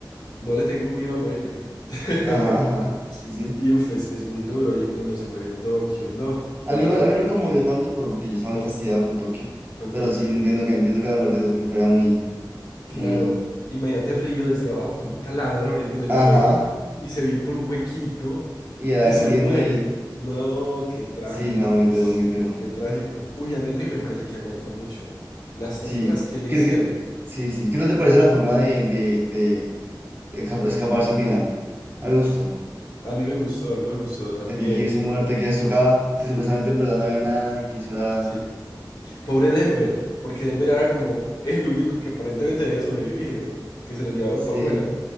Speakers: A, on the left (about 60°); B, on the right (about 25°).
A: no le tengo miedo a morirme. <laughs>
B: Ajá, ajá. Sí, sí.
A: Y uf, es, es muy duro ahí cuando se muere Tokio, no,
B: A
A: todos,
B: mí, no- a mí no me conmovió tanto, pero porque yo estaba
A: no,
B: muy fastidiado con Tokio.
A: con
B: Pero
A: Tokio.
B: sí entiendo que, entiendo que la muerte de Tokio fuera muy,
A: Claro,
B: muy.
A: imagínate Río desde abajo con un taladro abriéndole el hueco
B: Ajá.
A: y se viene por un huequito
B: Y la
A: y
B: de
A: se
B: muriendo
A: muere.
B: ahí.
A: No, qué trágico,
B: Sí, no, muy duro, muy duro.
A: qué trágico. Uy, a mí Río me parece que aguantó mucho. Las
B: Sí.
A: torturas que le
B: ¿Qué,
A: hicieron,
B: qué- sí, sí. ¿Qué tal te parece la forma de, de, de esca- escaparse al final. A mí me gustó.
A: a mí me gustó, a mí me gustó también.
B: De fingir su muerte, que les tocaba,
A: Sí,
B: que supuestamente en verdad no había nada y que eso era.
A: sí. Pobre Denver, porque Denver era como el único que aparentemente había sobrevivido, que se lo llevaron
B: Sí,
A: para afuera.